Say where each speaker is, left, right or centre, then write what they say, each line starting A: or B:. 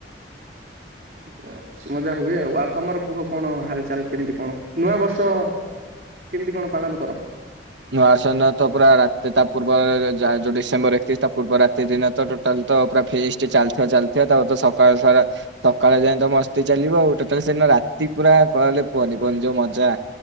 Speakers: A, on the right; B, on the right.
A: ଏନ୍ତି ପୁରା ଖୁସି ମଜା ହୁଏ ଆଉ ଆଉ ତମର କୁହ କଣ ହାଲଚାଲ କେମିତି କଣ ନୂଆ ବର୍ଷ କେମିତି କଣ ପାଳନ କର।
B: ନୂଆସ ତ ପୁରା ତା ପୂର୍ବ ଯୋଉ ଡିସେମ୍ଵର ଏକତିରିଶ ତା ପୂର୍ବ ରାତି ଦିନ ତ ତୋଟାଲ ତ ପୁରା ଫିଷ୍ଟ ଚାଲି ଚାଲିଥାଏ ତା ପ ତ ସକାଳ ସାରା ସକାଳେ ଯାଇ ତ ମସ୍ତି ଚାଲିବ ଆଉ ଟୋଟାଲ ସେଦିନ ରାତି ପୁରା କହିଲେ କୁହନି କୁହନି ଯୋଉ ମଜା